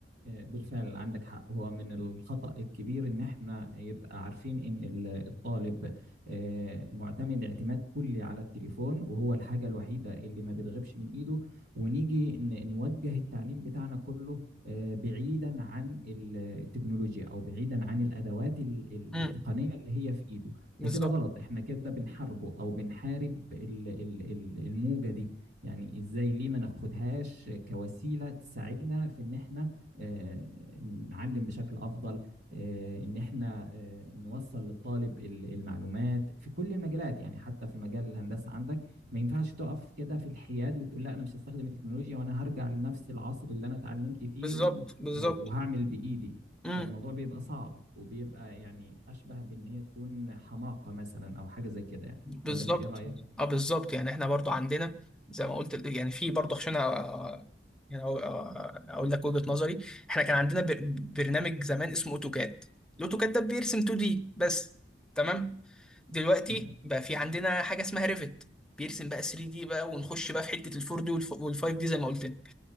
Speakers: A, on the right; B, in the centre.
A: بالفعل عندك حق هو من الخطأ الكبير ان احنا يبقى عارفين ان ال- الطالب آه، معتمد اعتماد كلي على التليفون وهو الحاجة الوحيدة اللي ما بتغيبش من ايده ونيجي ن- نوجه التعليم بتاعنا كله آه، بعيدا عن ال- التكنولوجيا او بعيدا عن الادوات ال- ال-
B: امم
A: التقنية اللي هي في ايده
B: بالظبط
A: ده كده غلط احنا كده بنحاربه او بنحارب ال- ال- ال- الموجة دي يعني ازاي ليه ما ناخدهاش كوسيلة تساعدنا في ان احنا آه، نعلم بشكل افضل آه، ان احنا آه، نوصل للطالب المعلومات في كل المجالات يعني حتى في مجال الهندسه عندك ما ينفعش تقف كده في الحياد وتقول لا انا مش هستخدم التكنولوجيا وانا هرجع لنفس العصر اللي انا اتعلمت فيه
B: بالظبط
A: و-
B: بالظبط
A: و- وهعمل بايدي
B: امم
A: فالموضوع بيبقى صعب وبيبقى يعني اشبه بان هي تكون حماقه مثلا او حاجه زي كده يعني
B: بالظبط
A: ولا انت ايه رايك؟
B: اه بالظبط يعني احنا برضو عندنا زي ما قلت يعني في برضو عشان أ- يعني أ- أ- اقول لك وجهة نظري احنا كان عندنا بر- برنامج زمان اسمه اوتوكاد الاوتوكاد ده بيرسم 2 دي بس تمام دلوقتي
A: تمام
B: بقى في عندنا حاجة اسمها ريفت بيرسم بقى 3 دي بقى ونخش بقى في حتة ال 4 دي وال 5 دي زي ما قلت لك